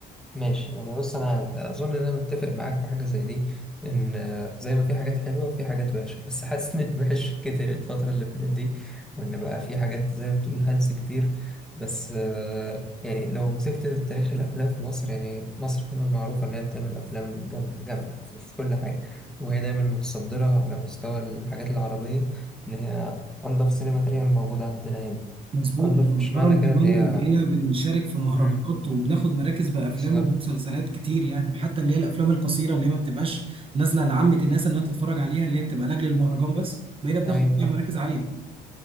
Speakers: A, in the centre; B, on the right.
A: ماشي يعني بص انا اظن ان انا متفق معاك في حاجه زي دي ان آه، زي ما في حاجات حلوه في حاجات وحشه بس حاسس ان الوحش كتر الفتره اللي فاتت دي وان بقى في حاجات زي ما بتقول هلس كتير بس آه، يعني لو مسكت تاريخ الافلام في مصر يعني مصر دايما معروفه ان هي بتعمل افلام جام- جامده في في كل حاجه وهي دايما متصدره على مستوى الحاجات العربيه ان هي انضف سينما تقريبا موجوده عندنا هنا
B: مظبوط
A: انضف
B: ومؤخرا
A: مش معنى كده
B: كمان
A: ان هي
B: بقينا بنشارك في مهرجانات
A: مم،
B: وبناخد مراكز بأفلام
A: بالظبط
B: ومسلسلات كتير يعني حتى اللي هي الأفلام القصيرة اللي هي ما بتبقاش نازلة لعامة الناس إنها تتفرج عليها اللي هي بتبقى لأجل المهرجان بس بقينا بناخد
A: ايوه
B: فيها مراكز عالية